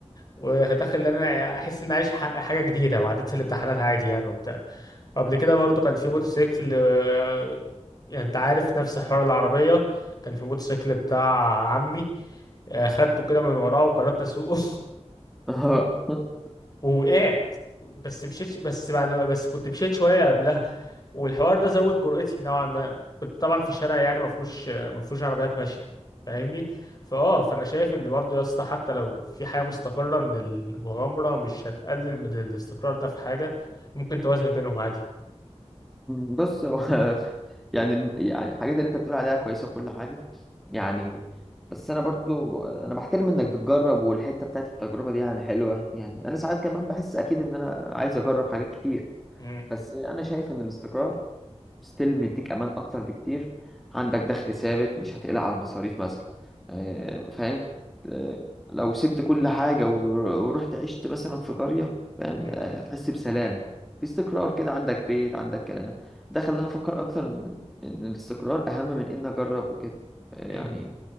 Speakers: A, on the left; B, in the centre.
A: وداخل ان انا احس اني عايش ح- حاجة جديدة وعديت في الامتحانات عادي يعني وبتاع قبل كده برضو كان في موتوسيكل آه، يعني انت عارف نفس حوار العربية كان في موتوسيكل بتاع عمي آه، خدته كده من وراه وجربت اسوقه
B: اه <laughs>
A: <laughs> ووقعت بس مشيت بس بعد بس كنت مشيت شوية قبلها والحوار ده زود جرأتي نوعا ما كنت طبعا في شارع يعني ما فيهوش ما فيهوش عربيات ماشية فاهمني فاه فانا شايف ان برضو يا اسطى حتى لو في حياة مستقرة ان المغامرة مش هتقلل من الاستقرار ده في حاجة ممكن توازن بينهم عادي
B: بص هو <laughs> يعني الم- يعني الحاجات اللي انت بتقول عليها كويسه وكل حاجه يعني بس انا برضو انا بحترم انك بتجرب والحته بتاعت التجربه دي يعني حلوه يعني انا ساعات كمان بحس اكيد ان انا عايز اجرب حاجات كتير
A: مم.
B: بس انا شايف ان الاستقرار ستيل مديك امان اكتر بكتير عندك دخل ثابت مش هتقلق على المصاريف مثلا آه، فاهم آه، لو سبت كل حاجه ور- ورحت عشت مثلا في قريه فاهم
A: مم.
B: آه، تحس بسلام في استقرار كده عندك بيت عندك كلام ده خلاني افكر اكتر ان إن الاستقرار اهم من ان اجرب وكده آه،
A: مم.
B: يعني